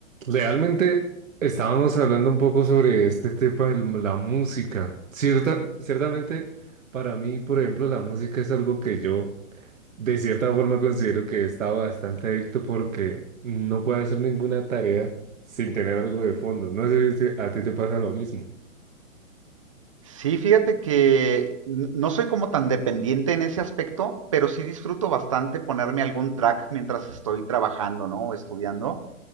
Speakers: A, on the right; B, on the right.
A: Realmente estábamos hablando un poco sobre este tema de la música. Cierta, ciertamente, para mí, por ejemplo, la música es algo que yo de cierta forma considero que he estado bastante adicto porque no puedo hacer ninguna tarea sin tener algo de fondo. No sé si a ti te pasa lo mismo.
B: Sí, fíjate que n- no soy como tan dependiente en ese aspecto, pero sí disfruto bastante ponerme algún track mientras estoy trabajando, ¿no? O estudiando.